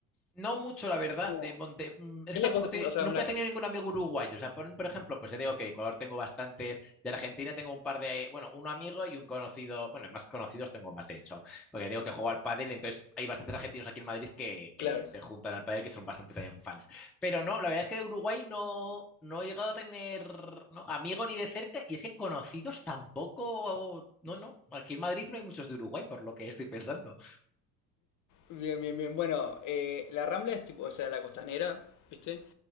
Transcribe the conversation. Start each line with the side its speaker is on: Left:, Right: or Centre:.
Centre: No mucho, la verdad,
Left: Es como,
Centre: de Monte. mm, Es
Left: es
Centre: que tampoco
Left: la costa,
Centre: tiene,
Left: o sea,
Centre: nunca
Left: una,
Centre: he tenido ningún amigo uruguayo. O sea, por, por ejemplo, pues ya digo que de Ecuador tengo bastantes, de Argentina tengo un par de, bueno, un amigo y un conocido, bueno, más conocidos tengo más de hecho, porque digo que juego al pádel, entonces hay bastantes argentinos aquí en Madrid que,
Left: claro.
Centre: que se juntan al pádel, que son bastante también fans. Pero no, la verdad es que de Uruguay no, no he llegado a tener ¿no? amigo ni de cerca, y es que conocidos tampoco, no, no, aquí en Madrid no hay muchos de Uruguay, por lo que estoy pensando.
Left: Bien, bien, bien. Bueno, eh, la Rambla es tipo, o sea, la costanera, ¿viste?